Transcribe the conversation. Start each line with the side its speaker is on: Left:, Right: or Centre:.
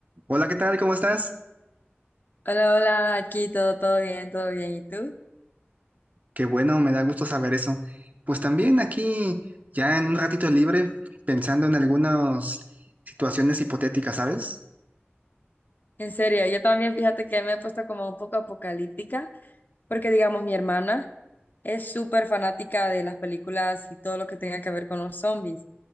Right: Hola, ¿qué tal? ¿Cómo estás?
Left: Hola, hola, aquí todo, todo bien, todo bien. ¿Y tú?
Right: Qué bueno, me da gusto saber eso. Pues también aquí, ya en un ratito libre, pensando en algunas situaciones hipotéticas, ¿sabes?
Left: En serio, yo también fíjate que me he puesto como un poco apocalíptica, porque digamos mi hermana es súper fanática de las películas y todo lo que tenga que ver con los zombies.